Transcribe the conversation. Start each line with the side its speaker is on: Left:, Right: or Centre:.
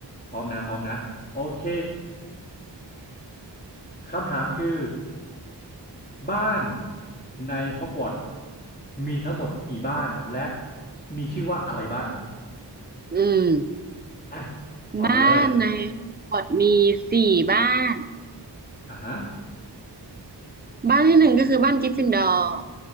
Left: พร้อมนะพร้อมนะโอเคคำถามคือบ้านในฮอกวอตส์มีทั้งหมดกี่บ้านและมีชื่อว่าอะไรบ้าง
Right: อืม
Left: อ่ะตอบมาเลย
Right: บ้านในฮอกวอตส์มีสี่บ้าน
Left: อ่าฮะ
Right: บ้านที่หนึ่งก็คือบ้านกริฟฟินดอร์